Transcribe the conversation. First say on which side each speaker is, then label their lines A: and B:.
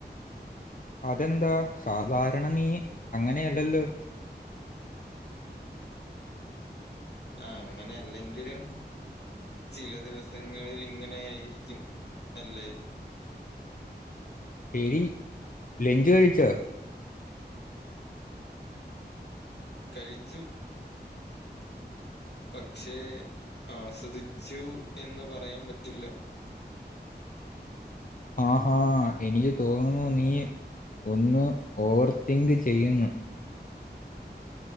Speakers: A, on the left; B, on the left.
A: അതെന്താ സാധാരണ നീ അങ്ങനെയല്ലല്ലോ
B: അങ്ങനെ അല്ലെങ്കിലും ചില ദിവസങ്ങളിൽ ഇങ്ങനെ ആയിരിക്കും അല്ലേ ഉം
A: ശരി ലെഞ്ച് കഴിച്ചോ
B: കഴിച്ചു പക്ഷേ ആസ്വദിച്ചു എന്ന് പറയാം പറ്റില്ല
A: ആഹാ എനിക്ക് തോന്നുന്നു നീ ഒന്ന് ഓവർ തിങ്ക് ചെയ്യുന്നു